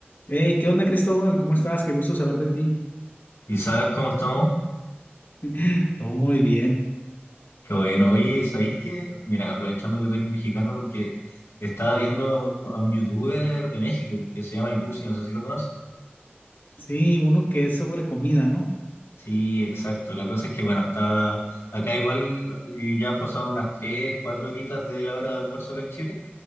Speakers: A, on the left (about 55°); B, on the left (about 85°).
A: Hey, ¿qué onda, Cristóbal? ¿Cómo estás? Qué gusto saber de ti.
B: ¿Y sabes cómo estamos?
A: <laughs> Todo muy bien.
B: Qué bueno. Oye, ¿sabéis qué? Mira, aprovechando que tú eres mexicano, porque estaba viendo a un, a un youtuber de México que se llama El Busi, no sé si lo conoces.
A: Sí, uno que es sobre comida, ¿no?
B: Sí, exacto. La cosa es que, bueno, está acá igual eh, ya han pasado unas 3 4 horitas de la hora de almuerzo acá en Chile.